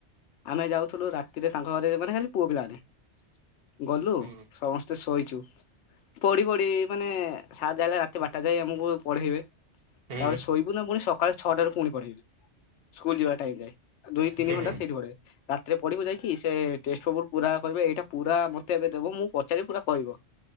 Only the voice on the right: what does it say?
ହୁଁ
ହୁଁ।
ହୁଁ।